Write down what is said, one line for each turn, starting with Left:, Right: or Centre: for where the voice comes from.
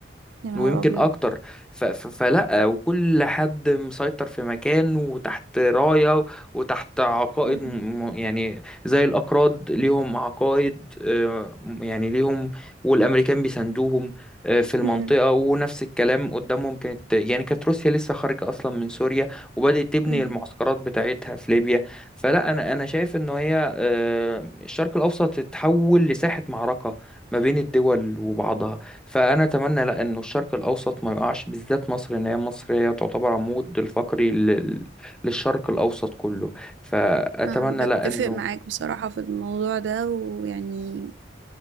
Right: يا نهار
Centre: ويمكن
Right: أبيض
Centre: اكتر ف... ف... فلا وكل حد مسيطر في مكان وتحت راية وتحت عقائد
Right: مم.
Centre: م... م- يعني زي الاكراد ليهم عقائد آه، يعني ليهم والامريكان بيساندوهم آه، في المنطقة
Right: مم.
Centre: ونفس الكلام قدامهم كانت يعني كانت روسيا لسه خارجة اصلا من سوريا وبدأت تبني
Right: مم.
Centre: المعسكرات بتاعتها في ليبيا فلا انا انا شايف ان هي آه، الشرق الاوسط اتحول لساحة معركة ما بين الدول وبعضها فانا اتمنى لا انه الشرق الاوسط ما يقعش بالذات مصر ان هي مصر هي تعتبر عمود الفقري لل... للشرق الاوسط كله فاتمنى
Right: آه، بتفق
Centre: لا انه
Right: معاك بصراحة في الموضوع ده ويعني